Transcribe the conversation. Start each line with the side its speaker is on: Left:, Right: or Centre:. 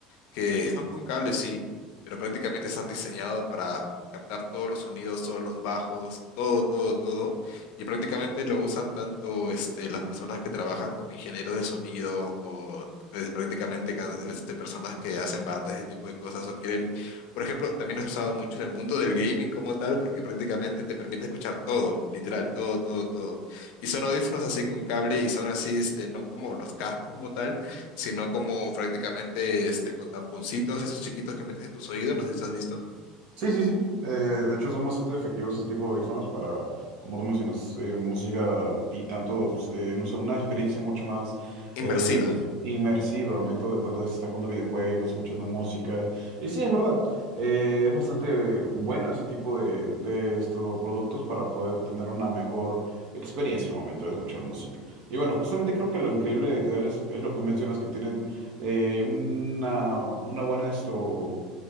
Left: que son con cable, sí, pero prácticamente están diseñados para captar todos los sonidos, todos los bajos, todo, todo, todo. Y prácticamente lo usan tanto este, las personas que trabajan como ingenieros de sonido o pues, prácticamente can- este, personas que hacen bandas, ese tipo de cosas, o quieren, por ejemplo, también es usado mucho en el mundo del gaming como tal, porque prácticamente te permite escuchar todo, literal, todo, todo, todo. Y son audífonos así con cable y son así, este, no como los cascos como tal sino como prácticamente este, con tamponcitos, esos chiquitos que metes en tus oídos, no sé si has visto.
Right: Sí, sí, sí. Eh, de hecho, son bastante efectivos ese tipo de audífonos para, como tú mencionas, eh, música y tanto, eh, no sé, una experiencia mucho más
Left: Inmersiva,
Right: eh, inmersiva al momento de tanto de si estás jugando videojuegos, escuchando música. Y sí, es verdad. eh, es bastante bueno ese tipo de, de estos productos para poder tener una mejor experiencia al momento de escuchar música. Y bueno, justamente creo que lo increíble de Tidal es, es lo que mencionas, que tienen eh, una, una buena esto